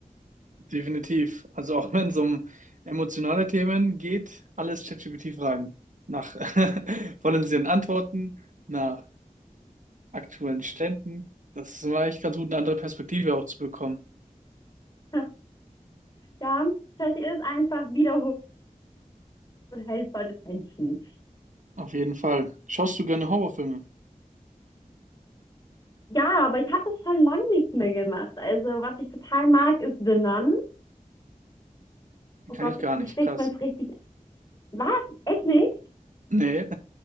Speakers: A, on the right; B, on the left.
A: Definitiv. Also auch wenn es um emotionale Themen geht, alles ChatGPT fragen. Nach <laughs> potenziellen Antworten, nach aktuellen Ständen. Das ist immer echt ganz gut, eine andere Perspektive auch zu bekommen.
B: <laughs> ja, Chatty ist einfach wiederholt Helfer des Menschen.
A: Auf jeden Fall. Schaust du gerne Horrorfilme?
B: Ja, aber ich habe das schon lange nicht mehr gemacht. Also, was ich total mag, ist The Nun. Oh
A: Kann
B: Gott,
A: ich gar
B: wie
A: nicht.
B: spricht
A: Krass.
B: man es richtig? Was? Echt nicht?
A: Nee.